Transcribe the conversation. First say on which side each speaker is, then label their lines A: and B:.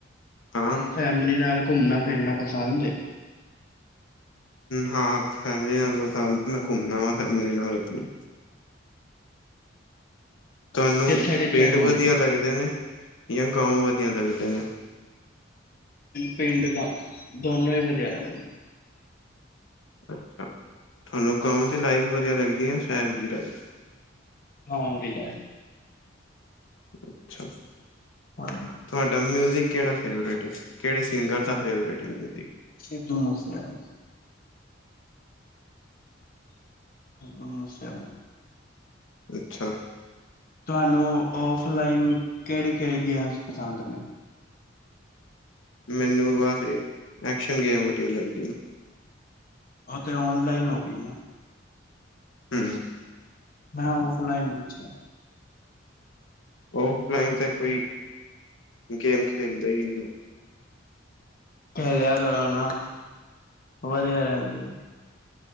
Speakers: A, on the left; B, on the left.
A: ਹਾਂ
B: ਤੁਹਾਨੂੰ ਫੈਮਿਲੀ ਨਾਲ ਘੁੰਮਣਾ ਫਿਰਨਾ ਪਸੰਦ ਏ?
A: ਹਾਂ, ਫੈਮਿਲੀ ਨਾਲ <unintelligible> ਮੈਂ ਘੁੰਮਣਾ ਵਾ ਫੈਮਿਲੀ ਨਾਲ ਆਪਣੀ ਤੁਹਾਨੂੰ,
B: ਕਿੱਥੇ ਕਿੱਥੇ
A: ਪਿੰਡ
B: ਘੁੰਮਦੇ
A: ਵਧੀਆ
B: ਹੋ?
A: ਲੱਗਦੇ ਨੇ? ਜਾਂ ਗਾਓਂ ਵਧੀਆ ਲੱਗਦੇ ਨੇ?
B: ਪਿੰਡ ਗਾਂ ਦੋਨੋ ਈ ਵਧੀਆ ਲੱਗਦੇ ਨੇ।
A: ਅੱਛਾ, ਤੁਹਾਨੂੰ ਗਾਓਂ ਦੀ ਲਾਈਫ ਵਧੀਆ ਲੱਗਦੀ ਆ ਜਾ ਸ਼ਹਿਰ ਦੀ ਲਾਈਫ?
B: ਗਾਓਂ ਦੀ ਲਾਈਫ
A: ਅੱਛਾ।
B: ਹਾਂ
A: ਤੁਹਾਡਾ ਮਿਊਜ਼ਿਕ ਕਿਹੜਾ ਫੇਵਰੇਟ ਕਿਹੜੇ ਸਿੰਗਰ ਦਾ ਫੇਵਰੇਟ ਐ ਮਿਊਜ਼ਿਕ।
B: ਸਿੱਧੂ ਮੂਸੇ ਆਲੇ। ਸਿੱਧੂ ਮੂਸੇ ਆਲਾ।
A: ਅੱਛਾ।
B: ਤੁਹਾਨੂੰ ਔਫਲਾਈਨ, ਕਿਹੜੀ ਕਿਹੜੀ ਗੇਮਸ ਪਸੰਦ ਨੇ?
A: ਮੈਨੂੰ ਬਸ ਐਕਸ਼ਨ ਗੇਮ ਵਧੀਆ ਲੱਗਦੀ
B: ਓ ਤੇ ਔਨਲਾਈਨ ਹੋਗੀ ਨਾ
A: ਹੂੰ,
B: ਮੈਂ ਔਫਲਾਈਨ ਪੁੱਛਿਆ?
A: ਔਫਲਾਈਨ ਤੇ ਕੋਈ ਗੇਮ ਖੇਲਦੇ ਈ ਨੀ
B: ਖੇਲਿਆ ਕਰੋ ਨਾ ਵਧੀਆ ਰਹਿੰਦੀ ਐ